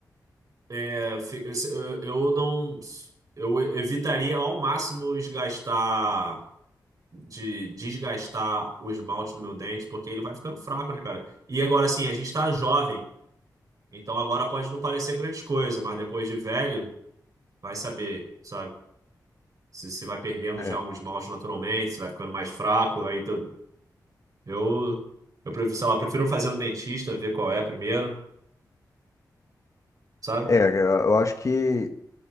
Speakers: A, on the right; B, on the left.
A: é, fi- eu eu não. Eu evitaria ao máximo gastar de desgastar o esmalte do meu dente, porque ele vai ficando fraco, né, cara? E agora, assim, a gente tá jovem, então agora pode não parecer grande coisa, mas depois de velho, vai saber, sabe? Se você vai perdendo
B: É,
A: já um esmalte naturalmente, se vai ficando mais fraco, aí tu- eu, eu, prefiro, sei lá, prefiro fazer no dentista, ver qual é primeiro, sabe?
B: É, eu eu acho que